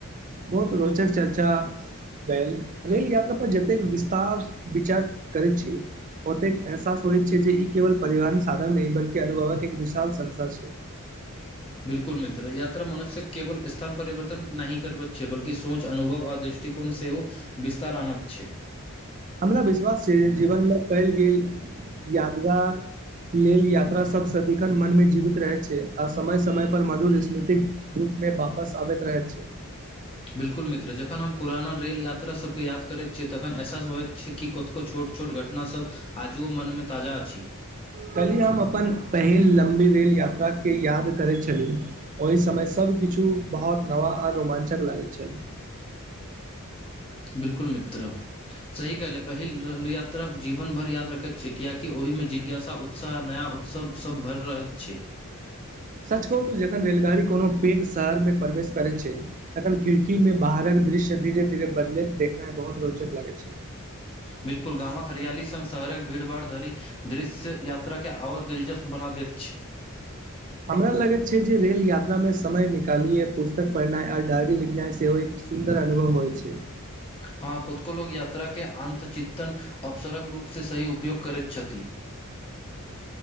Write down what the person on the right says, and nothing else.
बहुत रोचक चर्चा बैल रेल यात्रा पर जतेक विस्तार विचार करैत छी ओतेक एहसास होइत छै जे, ई केवल परिवहन साधन नहि बल्कि अनुभवक एक विशाल संसा छै।
हमरा विश्वास छै जीवन मे गैल यादगार लेल यात्रा सब सदिखन मन मे जीवित रहैत छै आ समय समय पर मधुर स्मृतिक रूप मे वापस आबैत रहैत छै
कल्हि हम अपन पहिल लम्बी रेल यात्राके याद करैत छली। ओय समय सबकिछु बहुत नव आ रोमाञ्चक लागैत छनि।
सच कहु तऽ जखन रेलगाड़ी कोनो पैघ शहरमे प्रवेश करै छै तखन खिड़की मे बाहरक दृश्य धीरे धीरे बदलैत देखनाइ बहुत रोचक लगै छै।
हमरा लगैत छै जे रेल यात्रा मे समय निकाली ये पुस्तक पढ़नाइ आ डायरी लिखनाइ सेहो एक सुन्दर अनुभव होइ छै।